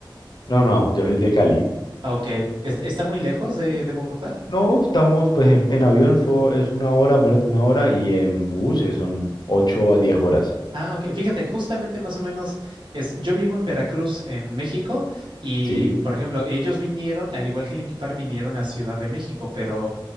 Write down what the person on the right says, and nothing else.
Ah, Ok, ¿Est- ¿está muy lejos de de Bogotá?
Ah, ok. Fíjate, justamente más o menos es, yo vivo en Veracruz, en México, y
por ejemplo, ellos vinieron, al igual que Linkin Park, vinieron a Ciudad de México, pero